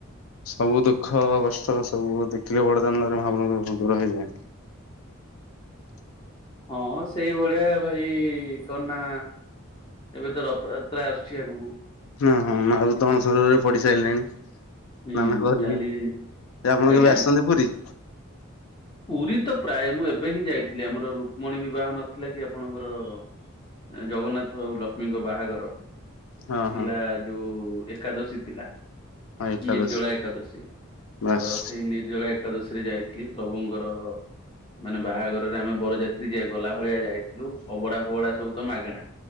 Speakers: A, on the left; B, on the left.
A: ସବୁ ଦୁଃଖ କଷ୍ଟ ସବୁ ଦେଖିଲେ ବଡ଼ଦାଣ୍ଡରେ ମହାପ୍ରଭୁଙ୍କୁ ଦୂର ହେଇଯାଏ।
B: ହଁ ସେଇ ଭଳିଆ ଭାଇ ତ ନା। ଏବେ ତ ରଥଯାତ୍ରା ଆସୁଛି ଆଗୁକୁ।
A: ହଁ ହଁ ମହାପ୍ରଭୁ ତ ଅଣସରରେ ପଡିିସାଇଲେଣି।
B: ହୁଁ
A: ସ୍ନାନ କରିକି
B: କାଲି
A: ଯେ ଆପଣ
B: ଆଜ୍ଞା।
A: କେବେ ଆସଛନ୍ତି ପୁରୀ?
B: ପୁରୀ ତ ପ୍ରାୟେ ମୁଁ ଏବେ ହିଁ ଯାଇଥିଲି ଆମର ରୁକ୍ମଣୀ ବିବାହ ନଥିଲା କି ଆପଣଙ୍କର। ଏଁ ଜଗନ୍ନାଥ ଆଉ ଲକ୍ଷ୍ମୀଙ୍କ ବାହାଘର।
A: ହଁ
B: ଥିଲା
A: ହଁ
B: ଯୋଉ ଏକାଦଶୀ ଥିଲା।
A: ହଁ ଏକାଦଶୀ।
B: ନିର୍ଜଳା ଏକାଦଶୀ
A: ବାସ୍
B: ତ ସେଇ ନିର୍ଜଳା ଏକାଦଶୀ ରେ ଯାଇଥିଲି। ପ୍ରଭୁଙ୍କର ମାନେ ବାହାଘର। ରେ ଆମେ ବରଯାତ୍ରୀ ଯେ ଗଲା ଭଳିଆ ଯାଇଥିଲୁ ଅବଢ଼ା ଫବଢା ସବୁ ତ ମାଗେଣା।